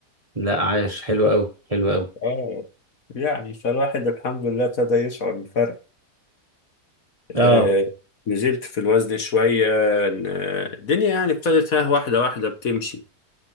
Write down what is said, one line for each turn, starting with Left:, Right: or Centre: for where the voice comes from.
Right: لا عايش حلو قوي حلو قوي
Left: اه يعني فالواحد الحمد لله ابتدى يشعر بالفرق
Right: اه
Left: آه نزلت في الوزن شوية إن- آه، الدنيا يعني ابتدت ها واحدة واحدة بتمشي